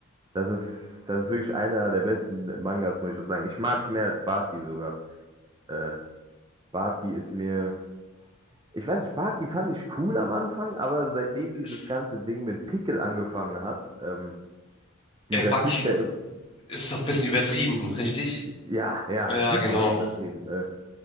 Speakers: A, on the right; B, on the left.
A: das ist, das ist wirklich einer der besten Mangas, muss ich auch sagen. Ich mag es mehr als Baki sogar. Äh, Baki ist mir Ich weiß nicht, Barty fand ich cool am Anfang, aber seitdem dieses
B: Ist,
A: ganze Ding mit Pickel angefangen hat, ähm,
B: äh,
A: dieser
B: Baki
A: Typ, der, irg-
B: ist doch ein bisschen übertrieben, richtig?
A: ja, ja,
B: Ja,
A: super
B: genau.
A: übertrieben, äh,